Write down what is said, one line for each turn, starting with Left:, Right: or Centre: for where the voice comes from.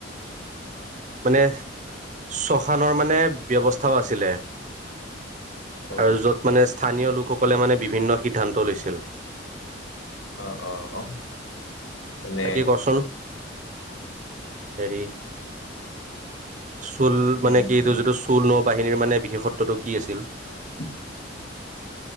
Right: মানে শশানৰ মানে ব্যৱস্থাও আছিলে
Left: অ
Right: আৰু য'ত মানে স্থানীয় লোকসকলে মানে বিভিন্ন সিদ্ধান্ত লৈছিল
Left: অ অ অ মানে
Right: বাকি কচোন হেৰি চোল
Left: উম
Right: মানে কি এইটো যিটো চোল বাহিনীৰ মানে বিশেষত্বটো কি আছিল
Left: <inaudible>